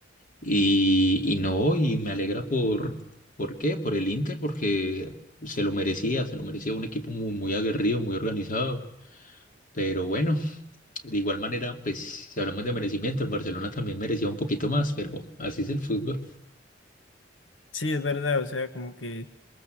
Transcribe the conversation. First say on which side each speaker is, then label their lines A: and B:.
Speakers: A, on the left; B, on the left.
A: Y, y no, y me alegra por, ¿por qué? Por el Inter, porque se lo merecía, se lo merecía un equipo muy, muy aguerrido, muy organizado. Pero bueno, de igual manera, pues, si hablamos de merecimiento, el Barcelona también merecía un poquito más, pero así es el fútbol.
B: Sí, es verdad, o sea, como que...